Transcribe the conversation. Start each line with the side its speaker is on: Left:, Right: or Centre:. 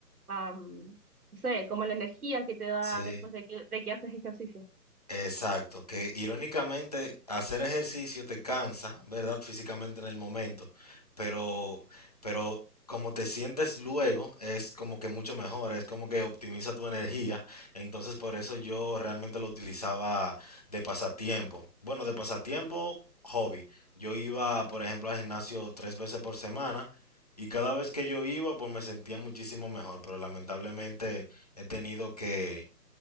Right: am, no sé, como la energía que te da
Left: Sí.
Right: después de que, de que haces ejercicio.
Left: Exacto, que irónicamente hacer ejercicio te cansa, ¿verdad? Físicamente en el momento, pero, pero como te sientes luego es como que mucho mejor, es como que optimiza tu energía, entonces por eso yo realmente lo utilizaba de pasatiempo. Bueno, de pasatiempo, hobby. Yo iba, por ejemplo, al gimnasio tres veces por semana y cada vez que yo iba, pues me sentía muchísimo mejor, pero lamentablemente he tenido que